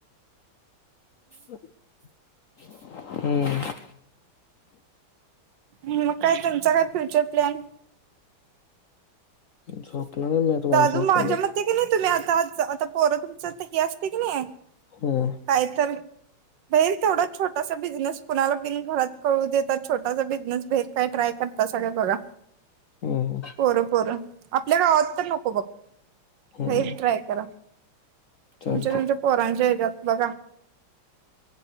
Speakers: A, on the left (about 90°); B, on the right (about 65°).
A: हम्म
B: मग काय तुमचां काय फ्युचर प्लॅन
A: झोप आहे मी आता
B: दादू
A: पण
B: माझ्या
A: आली
B: मते कि नाही तुला आता आता पोरं तुमचं हे असते की नाही
A: होय
B: काय तर भेरल तेवढा छोटासा बिझनेस कुणाला बिन घरात कळू देतात छोटासा बिझनेस भे काही ट्राय करता सा बघा
A: हम्म
B: पोर पोर आपल्या गावात तर नको बघ
A: हम्म
B: लई ट्राय करा तुमच्या
A: चालतंय
B: तुमच्यात पोरांच्या हच्यात बघा